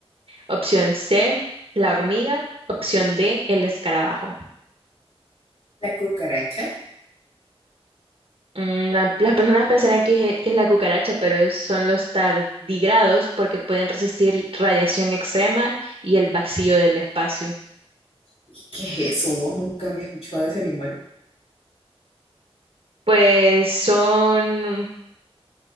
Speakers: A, on the right; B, on the left.
A: Opción C, la hormiga. Opción D, el escarabajo.
B: La cucaracha.
A: Mm, la- las personas pensarán que, es que es la cucaracha, pero es- son los tardigrados porque pueden resistir radiación extrema y el vacío del espacio.
B: ¿Qué, qué es eso? Vos nunca había escuchado de ese animal.
A: Pues son...